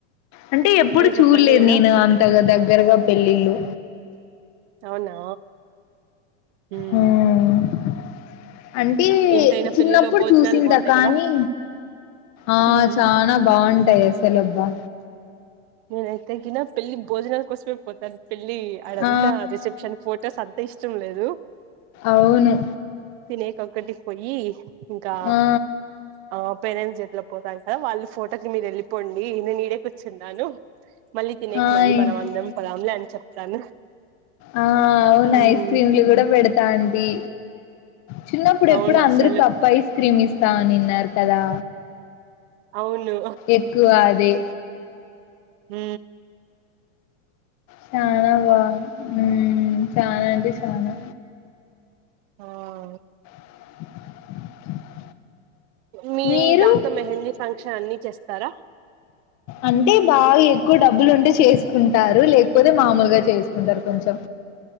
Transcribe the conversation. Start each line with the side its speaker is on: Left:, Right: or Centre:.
Left: అంటే ఎప్పుడు
Right: అదే
Left: చూడలేదు
Right: చెప్పండి ఏదో
Left: నేను అంతగా దగ్గర దగ్గర గా పెళ్ళిళ్ళు
Right: అవునా ఉమ్
Left: ఉ అంటే
Right: ఎంతైనా
Left: చిన్నప్పుడు
Right: పెళ్ళిలో భోజనాలు
Left: చూసింట
Right: బాగుంటాయి
Left: కానీ
Right: కదా
Left: ఆ
Right: ఉమ్
Left: చానా బాగుంటాయి అసలు అబ్బా
Right: నేను అయితే ఎప్పుడు వెళ్లినా పెళ్లి భోజనాల కోసమె పోతాను పెళ్లి ఆడంతా
Left: ఆ
Right: రిసెప్షన్ ఫొటోస్ అంతా ఇష్టం లేదు
Left: అవును
Right: తినే ఒకటికి పోయి ఇంకా
Left: ఆ
Right: ఆ పేరెంట్స్ చేపినట్లో పోతారు కదా వాళ్ళు ఫో ఇతకి మీరు వెళ్ళిపోండి నేను ఇడే కూర్చున్నాను మళ్ళీ తినేకి
Left: ఆయ్
Right: మళ్ళీ మనం అందం పోదంలే అ చెప్తాను
Left: ఆ అవును
Right: ఉమ్
Left: ఐస్ క్రీమ్లు కూడా పెడతా అండి చిన్నప్పుడు
Right: అవును
Left: ఎప్పుడు అందరుకి
Right: అసలు
Left: కప్పు ఐస్ క్రీమ్ ఇస్తామనిన్నారు కదా
Right: అవును
Left: ఎక్కువ అదే
Right: ఉ
Left: చానా బ ఉ చానా అంటే చానా
Right: ఆ
Left: <inaudible>
Right: మీ
Left: మీరు
Right: దాంతో మెహందీ ఫంక్షన్ అన్ని చేస్తారా
Left: అంటే బాగా ఎక్కువ డబ్బులు ఉంటే చేసుకుంటారు లేకపోతే మామూలుగా చేసుకుంటారు కొంచెం.